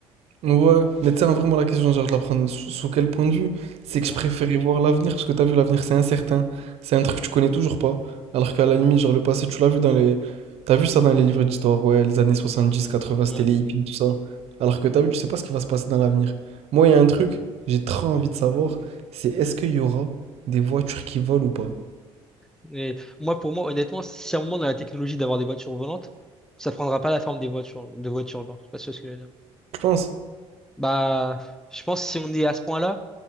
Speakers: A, on the right; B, in the centre.
A: Ouais, mais tu sais, hein, vraiment, la question, genre, je la prends sous, sous quel point de vue? C'est
B: genre.
A: que je préférais voir l'avenir, parce que t'as vu, l'avenir, c'est incertain. C'est un truc que tu connais toujours pas. Alors qu'à la limite, genre, le passé, tu l'as vu dans les. T'as vu ça dans les livres d'histoire, ouais, les années 70, 80,
B: Ouais.
A: c'était les hippies, tout ça. Alors que t'as vu, tu sais pas ce qui va se passer dans l'avenir. Moi, il y a un truc, j'ai trop envie de savoir, c'est est-ce qu'il y aura des voitures qui volent ou pas?
B: Mais moi, pour moi, honnêtement, si à un moment on a la technologie d'avoir des voitures volantes, ça prendra pas la forme des voitures, de voitures, genre. Je sais pas si tu vois ce que je veux dire.
A: Je pense.
B: Bah, je pense que si on est à ce point-là,